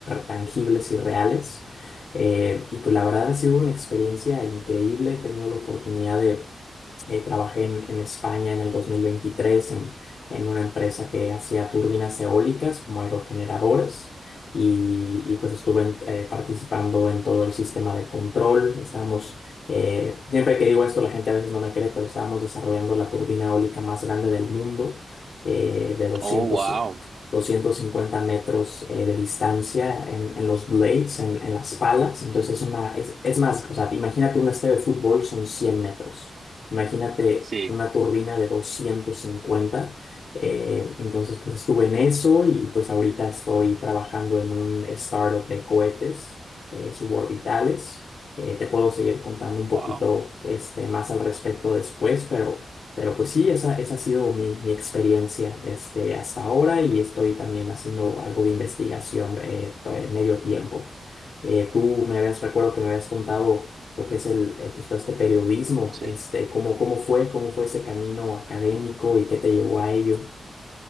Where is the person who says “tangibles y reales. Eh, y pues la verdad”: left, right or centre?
Left